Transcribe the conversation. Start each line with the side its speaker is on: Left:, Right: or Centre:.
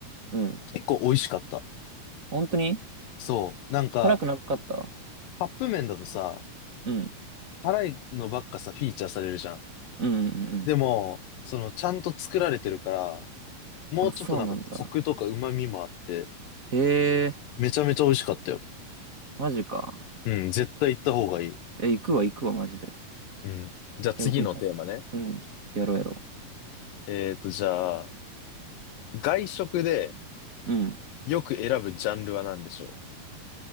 Right: うん。
Left: 結構美味しかった。
Right: 本当に
Left: そう。なんか、
Right: 辛くなかった
Left: カップ麺だとさ、
Right: うん。
Left: 辛いのばっかさ、フィーチャーされるじゃん。
Right: うんうんうんう
Left: でも、その、ちゃんと作られてるから、もうちょっとなんか、
Right: ん。あ、そうなんだ。
Left: コクとか旨味もあって、
Right: へえ、
Left: めちゃめちゃ美味しかったよ。
Right: マジか。
Left: うん、絶対行った方がいい。
Right: え、行くわ、行くわ、マジで。
Left: うん。じゃあ次のテーマね。
Right: え、僕も、うん、やろうやろ
Left: えーと、じゃあ、外食で
Right: う。うん。
Left: よく選ぶジャンルは何でしょ